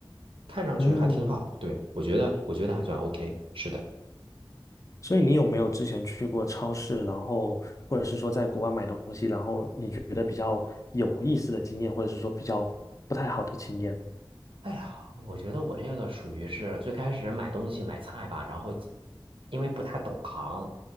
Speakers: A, on the right; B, on the left.
A: 看上去还挺好。
B: 嗯。
A: 对，我觉得，我觉得还算 OK，是的。
B: 所以你有没有之前去过超市，然后或者是说在国外买东西，然后你觉得比较有意思的经验，或者是说比较不太好的经验？
A: 哎呀，我觉得我这个属于是最开始买东西买菜吧，然后因为不太懂行，